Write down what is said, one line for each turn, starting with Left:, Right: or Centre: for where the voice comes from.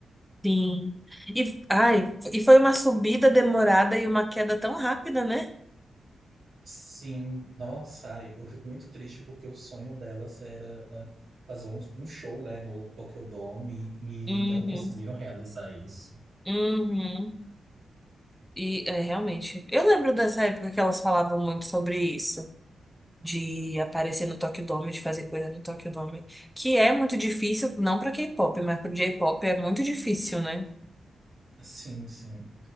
Centre: Sim. E, ai, e foi uma subida demorada e uma queda tão rápida, né?
Right: Sim, nossa, ai, eu fico muito triste porque o sonho delas era fazer um, um show, né, no Tokyo Dome e
Centre: Uhum.
Right: não conseguiram realizar isso.
Centre: Uhum. E é, realmente. Eu lembro dessa época que elas falavam muito sobre isso, de aparecer no Tokyo Dome, de fazer coisa no Tokyo Dome, que é muito difícil, não pra K-pop, mas pro J-pop é muito difícil, né?
Right: Sim, sim.